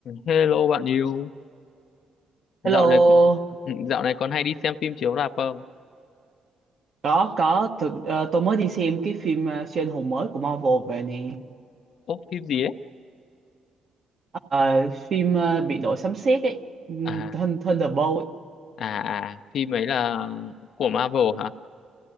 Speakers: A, on the left; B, on the right.
A: Hello bạn yêu, dạo
B: Hello,
A: này dạo này còn hay đi xem phim chiếu rạp không?
B: có có thực ờ, tôi mới đi xem cái phim ờ, siêu anh hùng mới của Marvel về nè.
A: Ố, phim gì ấy?
B: Ờ, phim ờ, bị đội sấm sét ấy, Ừm,
A: À,
B: Thun- Thunderbolt ấy.
A: à, à, phim ấy là của Marvel hả?